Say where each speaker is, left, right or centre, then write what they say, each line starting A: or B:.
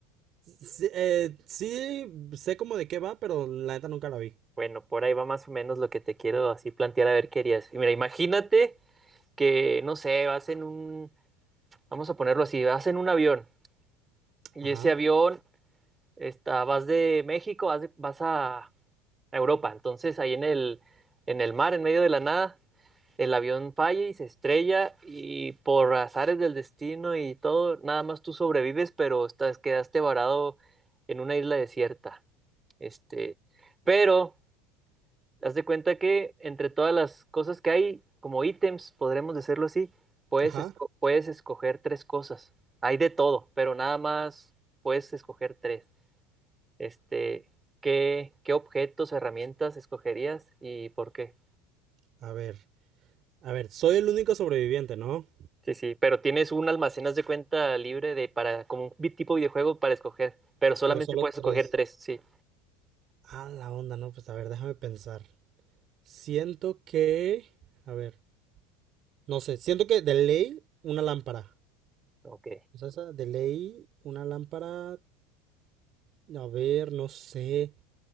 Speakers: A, on the right; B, on the right.
A: sí, eh, sí, sé como de qué va, pero la neta nunca la vi.
B: Bueno, por ahí va más o menos lo que te quiero así plantear a ver qué harías. Y Mira, imagínate que, no sé, vas en un, vamos a ponerlo así, vas en un avión y
A: Ajá,
B: ese avión Está, vas de México, vas, de- vas a, a Europa. Entonces, ahí en el, en el mar, en medio de la nada, el avión falla y se estrella y por azares del destino y todo, nada más tú sobrevives, pero estás, quedaste varado en una isla desierta. Este, pero haz de cuenta que entre todas las cosas que hay, como ítems, podremos decirlo así, puedes,
A: ajá.
B: esco- puedes escoger tres cosas. Hay de todo, pero nada más puedes escoger tres. Este, ¿qué, qué objetos o herramientas escogerías y por qué?
A: A ver, a ver, soy el único sobreviviente, ¿no?
B: Sí, sí, pero tienes un almacén, haz de cuenta, libre de para, como un vi- tipo videojuego para escoger, pero solamente
A: Pero solo
B: puedes
A: tres.
B: escoger tres, sí.
A: Ah, la onda, no, pues a ver, déjame pensar. Siento que, a ver, no sé, siento que de ley una lámpara.
B: Ok.
A: O sea, esa de ley una lámpara, a ver, no sé.